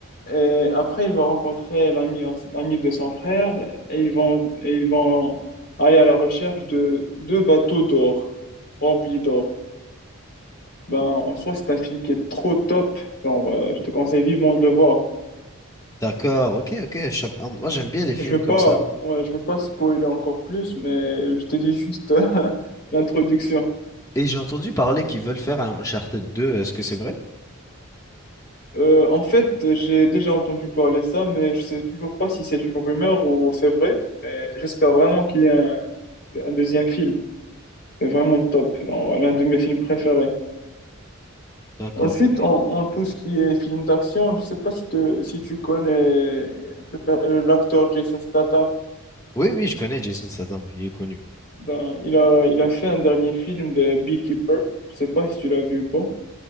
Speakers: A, on the left; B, on the left.
A: Et après, il va rencontrer l'ami l'ami de son frère et ils vont, et ils vont aller à la recherche de deux bateaux d'or, remplis d'or. Ben, en soi, c'est un film qui est trop top. Genre, euh, je te conseille vivement de le voir.
B: D'accord, ok, ok. je- Moi, j'aime bien les films
A: Je veux
B: comme
A: pas,
B: ça.
A: ouais, je veux pas spoiler encore plus, mais je te dis juste <laughs> l'introduction.
B: Et j'ai entendu parler qu'ils veulent faire un Uncharted deux. est-ce que c'est vrai?
A: Euh, en fait, j'ai déjà entendu parler ça, mais je sais toujours pas si c'est une rumeur ou c'est vrai. Mais j'espère vraiment qu'il y a un, un deuxième film. C'est vraiment top, genre, l'un de mes films préférés.
B: D'accord,
A: Ensuite,
B: ok.
A: en, en tout ce qui est film d'action, je sais pas si, te- si tu connais le per- euh, l'acteur Jason Statham.
B: Oui, oui, je connais Jason Statham, il est connu.
A: Ben, il a, il a fait un dernier film de Beekeeper. Je sais pas si tu l'as vu ou pas.